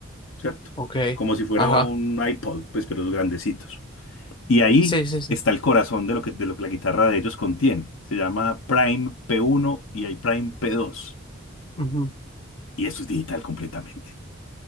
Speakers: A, on the left; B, on the left.
A: ¿cierto?
B: Ok,
A: Como si fuera
B: ajá.
A: un iPod, pues, pero los grandecitos. Y ahí
B: Sí, sí, sí.
A: está el corazón de lo que, de lo que la guitarra de ellos contiene. Se llama Prime P1 y hay Prime P2.
B: Ujú.
A: Y eso es digital completamente.